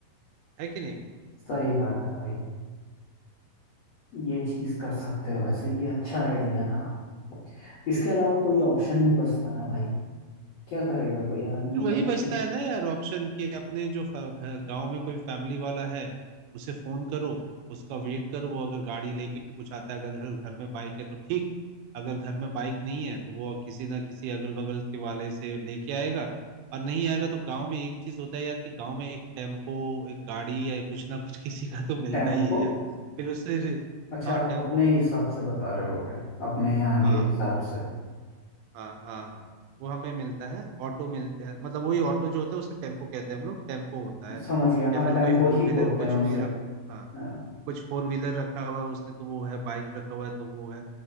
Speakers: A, on the right; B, on the left.
A: है कि नहीं
B: सही बात है भाई ये चीज कर सकते हो वैसे ये अच्छा आइडिया था इसके अलावा कोई ऑप्शन
A: हाँ।
B: नहीं बचता ना भाई क्या करेगा कोई आदमी
A: फिर वही
B: मतलब
A: बचता
B: कि
A: है ना यार ऑप्शन कि अपने जो फा- घ- गांव में कोई फैमिली वाला है उसे फोन करो उसका वेट करो वो अगर गाड़ी लेके कुछ आता है अगर घर घर में बाइक है तो ठीक अगर घर में बाइक नहीं है तो वो किसी ना किसी अगल बगल के वाले से लेके आएगा और नहीं आएगा तो गांव में एक चीज होता है यार कि गांव में एक टेम्पो एक गाड़ी या कुछ ना कुछ <laughs> किसी का तो मिलता
B: टेम्पो
A: ही है यार फिर उससे रे-
B: अच्छा
A: हाँ
B: आप
A: टेम्पो
B: अपने हिसाब से बता रहे होगे अपने यहाँ
A: हाँ
B: के हिसाब से
A: हाँ हाँ हाँ वो हमें मिलता है ऑटो मिलते हैं मतलब वही ऑटो जो होता है उसे टेम्पो कहते हैं हम लोग टेम्पो होता है
B: समझ गया हाँ
A: या फिर
B: टेम्पो
A: कोई फोर
B: ही
A: व्हीलर
B: बोलते
A: कुछ
B: हैं उसे
A: भी रख हाँ
B: हाँ
A: कुछ फोर व्हीलर रखा हुआ है उसने तो वो है बाइक रखा हुआ है तो वो है